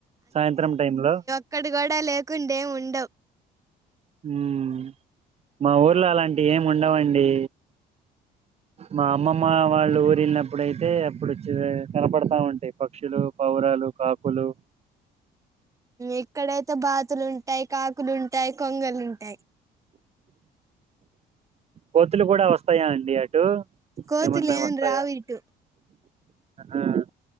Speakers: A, on the right; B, on the right.
A: సాయంత్రం టైం లో
B: ఒక్కటీ కూడా లేకుండేం ఉండవు
A: హ్మ్ మా ఊర్లో అలాంటివి ఏమి ఉండవండి మా అమ్మ మా వాళ్ళు ఊరి వెళ్ళినప్పుడయితే అప్పుడు కనపడతా ఉంటాయి పక్షులు పౌరాలు కాకులు
B: ఎక్కడైతే బాతులు ఉంటాయి కాకులుంటాయి కొంగలుంటాయి
A: కోతులు కూడా వస్తాయా అండి అటు
B: కొతులు
A: ఏమన్నా
B: ఎం
A: వస్తాయా
B: రావు ఇటు
A: ఆహా